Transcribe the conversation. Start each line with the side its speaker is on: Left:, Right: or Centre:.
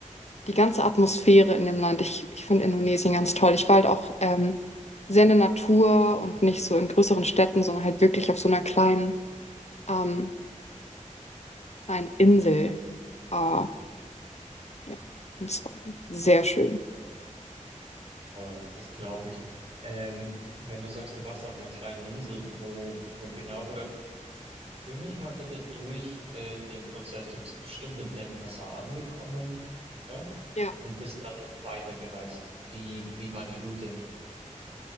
Left: die ganze Atmosphäre in dem Land. Ich, ich finde Indonesien ganz toll. Ich war halt auch ähm, sehr in der Natur und nicht so in größeren Städten, sondern halt wirklich auf so einer kleinen, ähm, kleinen Insel. Ah, ja, und es war sehr schön.
Right: Voll, das glaube ich. Ähm, wenn du sagst, du warst auf einer kleinen Insel, wo, wo genau, oder führ mich mal bitte durch äh, den Prozess. Du bist bestimmt in Denpasar angekommen, oder?
Left: Ja,
Right: Und bist dann weitergereist. Wie, wie war die Route?